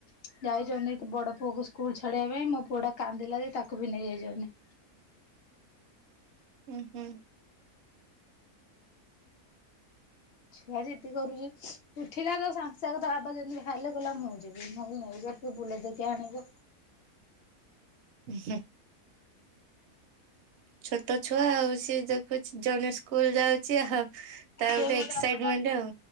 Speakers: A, on the left; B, on the right.
A: ତ ଯାଇଛନ୍ତି ବଡ଼ ପୁଅକୁ ସ୍କୁଲ ଛାଡ଼ିବା ପାଇଁ ମୋ ପୁଅ ଟା କାନ୍ଦିଲା ଯେ ତାକୁ ବି ନେଇ ଯାଇଛନ୍ତି।
B: ହୁଁ ହୁଁ।
A: ଛୁଆ ଜିଦ୍ଦି କରୁଛି। ଉଠିଲା ତ ସାଙ୍ଗେସଙ୍ଗ ତା ବାବା ଯେମିତି ବାହାରିଲେ କହିଲା ମୁଁ ଯିବି ମୁଁ କହିଲି ନେଇଯା ଟିକେ ବୁଲେଇ ଦେଇକି ଆଣିବ।
B: ଉ ହୁଁ। ଛୋଟ ଛୁଆ ଆଉ ସିଏ ଯେଖୁଛି ଜଣେ ଶ ସ୍କୁଲ ଯାଉଛି ଆଉ ତା
A: ସିଏ
B: ଗୋଟେ
A: ବା
B: ଏକ୍ସାଇଟମେଣ୍ଟ
A: ତା ବାବା
B: ଆଉ।